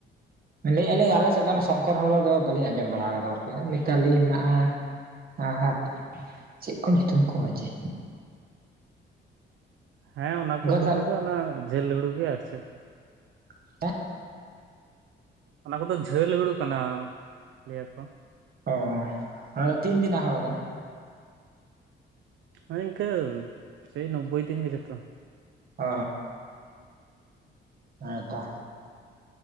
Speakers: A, on the right (about 50°); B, on the right (about 75°).
A: ᱞᱟᱹᱭᱮᱜ-ᱟ ᱞᱤᱧ ᱟᱞᱮ ᱥᱮᱫ ᱫᱚ ᱚᱱᱟ ᱥᱚᱝᱠᱚᱨ ᱦᱩᱲᱩ ᱫᱚ ᱵᱟᱹᱞᱤᱧ ᱟᱸᱡᱚᱢ ᱵᱟᱲᱟᱣ ᱠᱟᱫᱟ ᱟᱨᱠᱤ ᱢᱤᱛᱟᱞᱤ ᱦᱮᱱᱟᱜ-ᱟ <unintelligible> ᱟᱨ ᱪᱮᱫ ᱠᱚ ᱧᱩᱛᱩᱢ ᱠᱚᱣᱟ ᱡᱮ
B: <inaudible> ᱦᱮᱸ ᱚᱱᱟ ᱠᱚ ᱦᱩᱲᱩ
A: ᱛᱟᱦᱚᱞᱮ
B: ᱠᱚᱜᱮ ᱚᱱᱟ ᱡᱷᱟᱹᱞ ᱦᱩᱲᱩ ᱜᱮ ᱟᱨ ᱪᱮᱫ,
A: <unintelligible>
B: ᱚᱱᱟ ᱠᱚᱫᱚ ᱡᱷᱟᱹᱞ ᱦᱩᱲᱩ ᱠᱟᱱᱟ ᱞᱟᱹᱭᱟ ᱠᱚ,
A: ᱚᱻ ᱚᱱᱟ ᱫᱚ ᱛᱤᱱ ᱫᱤᱱᱟᱜ ᱦᱳᱲᱳ ᱠᱟᱱᱟ?
B: ᱦᱳᱭ ᱤᱱᱠᱟᱹ ᱥᱮᱭ ᱱᱳᱵᱵᱳᱭ ᱫᱤᱱ ᱜᱮ ᱡᱮᱛᱚ᱾
A: ᱚᱻ ᱦᱮᱸ ᱛᱚᱻ